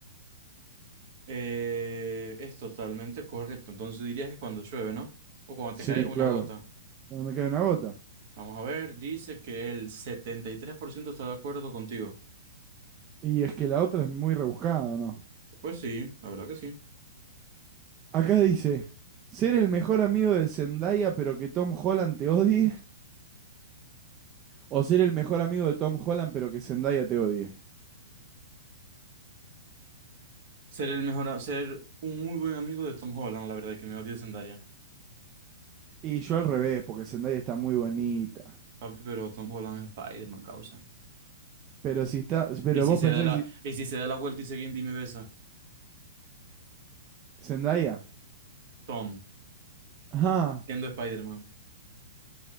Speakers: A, on the right; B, on the right.
A: Eh, es totalmente correcto. Entonces dirías que cuando llueve, ¿no? O cuando te
B: Sí,
A: cae una
B: claro.
A: gota.
B: Cuando me cae una gota.
A: Vamos a ver, dice que el 73% está de acuerdo contigo.
B: Y es que la otra es muy rebuscada, ¿o ¿no?
A: Pues sí, la verdad que sí.
B: Acá dice, ser el mejor amigo de Zendaya pero que Tom Holland te odie, o ser el mejor amigo de Tom Holland pero que Zendaya te odie.
A: Ser el mejor, a- ser un muy buen amigo de Tom Holland, la verdad que me odia Zendaya.
B: Y yo al revés, porque Zendaya está muy bonita.
A: Papi, pero Tom Holland es Spider-Man, causa.
B: Pero si está, pero
A: Y si
B: vos
A: se
B: pensás
A: da la,
B: que si
A: y si se da la vuelta y se guinda y me besa,
B: Zendaya,
A: Tom,
B: Ajá.
A: siendo Spider-Man.